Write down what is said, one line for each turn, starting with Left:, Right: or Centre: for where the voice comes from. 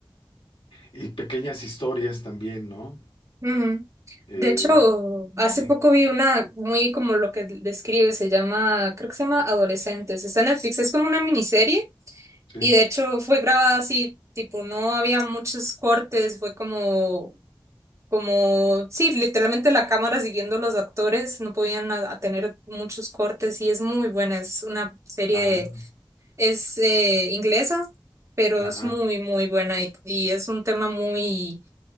Left: Y pequeñas historias también, ¿no?
Right: Ujú.
Left: Eh,
Right: De hecho, hace
Left: sí,
Right: poco vi una muy como lo que describe, se llama, creo que se llama Adolescentes. Está en Netflix, es como una miniserie
Left: sí.
Right: y de hecho fue grabada así, tipo, no había muchos cortes, fue como, como, sí, literalmente la cámara siguiendo los actores, no podían a- a tener muchos cortes y es muy buena, es una serie,
Left: Ah,
Right: de- es eh, inglesa, pero
Left: ajá.
Right: es muy, muy buena y y es un tema muy